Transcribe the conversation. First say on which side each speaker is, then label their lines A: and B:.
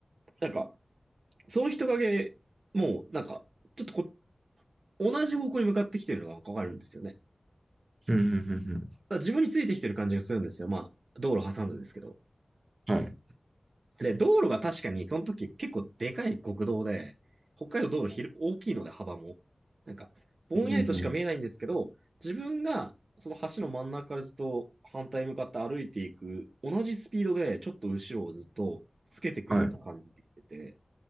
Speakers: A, on the right (about 75°); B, on the right (about 55°).
A: なんか、その人影、もう、なんか、ちょっとこ、同じ方向に向かってきてるのがわかるんですよね。だか
B: うん。うん。
A: ら自分についてきてる感じがするんですよ。まあ、道路挟んでですけど。
B: うんうんはい。
A: で、道路が確かにその時結構でかい国道で、北海道道路ひる大きいので幅も、なんか、ぼんやりとしか見えないんですけど、
B: うん。うん
A: 自分がその橋の真ん中からずっと反対に向かって歩いていく、同じスピードでちょっと後ろをずっとつけてくるような感じで来てて、
B: はい。